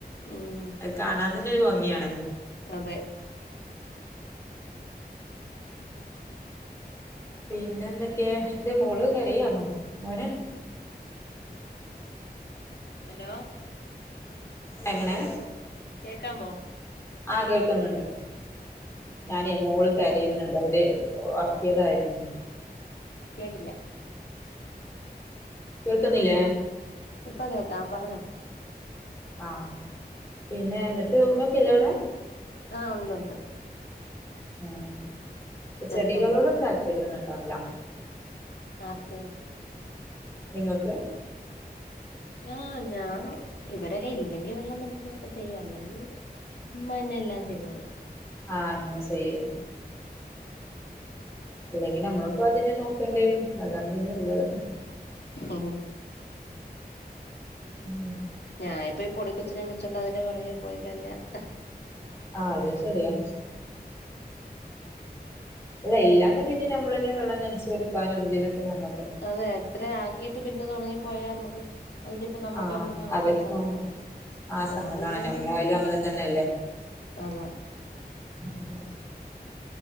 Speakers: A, on the left; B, on the left.
A: ഉം
B: അത് കാണാൻ തന്നെ ഒരു ഭംഗിയാണ
A: അതെ
B: പിന്നെ എന്തൊക്കെയാ എന്തെ മോള് കരയാണോ മോന്
A: ഹലോ
B: എങ്ങനെ
A: കേക്കാമോ
B: ആഹ് കേൾക്കുന്നുണ്ട് ഞാൻ മോള് കരയുന്നുണ്ട് അതില് ഒറക്കിയതാരുന്നു
A: കേട്ടില്ല
B: കേൾക്കുന്നില്ലേ
A: ഇപ്പ കേക്കാം പറഞ്ഞോ
B: ആഹ് പിന്നെ ന്ന്ട്ട് ഉമ്മക്കില്ല്യേവടെ?
A: ആഹ് ഉണ്ട് ഉണ്ട് ഉണ്ട്.
B: ആഹ്
A: ഇപ്പ
B: ചെടികളോടൊന്നും
A: എല്ലാരും ഉണ്ട്
B: താല്പര്യോന്നും ണ്ടാവൂലാ.
A: ആർക്ക്?
B: നിങ്ങൾക്ക്.
A: ആഹ് ഞാൻ ഇവരൊക്കെ ഇല്ലെങ്കി വെള്ളം നനയ്ക്കുവൊക്കെ ചെയ്യും അല്ലെങ്കി ഉമ്മന്നെ എല്ലാം ചെയ്യുന്നത്.
B: ആഹ് അങ്ങനെ സേയ്യും. അല്ലെങ്കി ന്നമ്മള്പ്പോ അതിനെ നോക്കേണ്ടി വരും അതാണ് പിന്നെള്ളത്.
A: ഓഹ്
B: ഉം
A: ഞായിപ്പോ ഈ പൊടി കൊച്ചിനേം വെച്ചോണ്ട് അതിന്റെ പുറകെ പോയിക്കഴിഞാ അഹ്
B: ആഹ് അതും ശെരിയാ. അല്ല ഇല്ലാഞാ പിന്നെ ഞമ്മളന്നെ വെള്ളം നൻച്ച് കൊടുക്കാനും ഇതിനൊക്കെ നമ്മ
A: അതെ അത്രെ ആക്കീട്ട് പിന്നെ അത് ഒണങ്ങി പോയാ മ്മക്ക് അത്ഞ്ഞിപ്പോ നമ്മക്കാണെലും
B: ആഹ്
A: കാണുമ്പോ
B: അവർക്കും
A: ഒരു സങ്കടല്ലേ
B: ആഹ്
A: അപ്പൊ
B: സങ്കടാണ്
A: ആളില്ലെങ്കി
B: നമ്മളായാലും
A: നമ്മള് ചെയ്
B: അങ്ങനെ തന്നെയല്ലേ
A: അതാ
B: <inaudible>